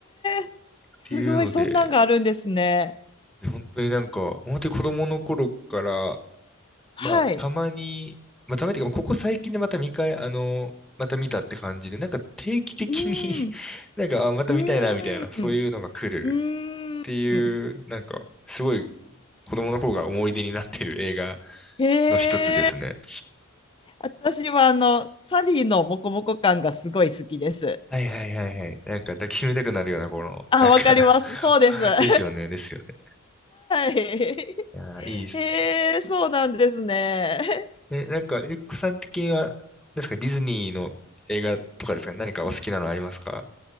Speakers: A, on the left (about 25°); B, in the centre.
A: え、
B: っていうので、
A: すごい、そんなんがあるんですね。
B: で本当になんか、本当に子供の頃から、
A: はい。
B: まあ、たまに、まあ、たまにっていうか、ここ最近でまた見返、あの、また見たって感じで、なんか定期的に
A: うーん、
B: <laughs> なんか、あ、また見たいな、
A: うーん、
B: みたいな、そういうのが来る
A: うーん。
B: っていう、なんか、すごい子供の頃が思い出になってる映画
A: へえ、
B: の一つですね。
A: 私はあの、サリーのモコモコ感がすごい好きです。
B: はいはいはいはい。なんか抱きしめたくなるような、この、
A: あ、
B: なんか
A: わかります。そうです。
B: <laughs>
A: <laughs> は
B: ですよね、ですよね。
A: い。
B: いやー、いいっすね。
A: へえ、そうなんですね。
B: え、なんか、エッグさん的には、ですか、ディズニーの映画とかですかね、何かお好きなのありますか